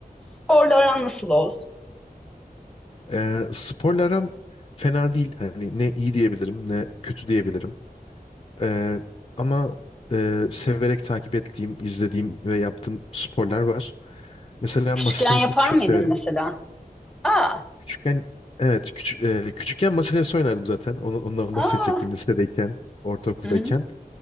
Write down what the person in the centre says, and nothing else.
Sporla aran nasıl Oğuz?
Küçükken
yapar
mıydın
mesela? Aa,
aa.
Hı hı.